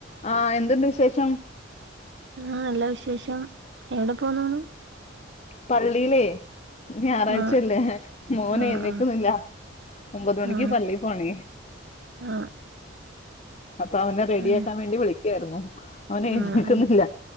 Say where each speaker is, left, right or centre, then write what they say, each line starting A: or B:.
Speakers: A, on the left (about 35°); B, on the right (about 60°).
A: ആ് എന്തുണ്ട് വിശേഷം
B: ആഹ് നല്ല വിശേഷം എവിടെ പോന്നാണ്
A: പള്ളിലേ ഞായറാഴ്ചല്ലേ
B: ആ
A: മോന
B: ആ
A: എഴുന്നേക്കുന്നില്ല
B: ആ
A: ഒമ്പത് മണിക്ക്
B: ആ ആ
A: പള്ളി പോണേ
B: ആ
A: അപ്പൊ അവനെ റെഡി
B: ആ
A: ആക്കാൻ വേണ്ടി വിളി ക്യാ റൂന്നു അവന എഴനക്കുന്നില്ല
B: ആ ആ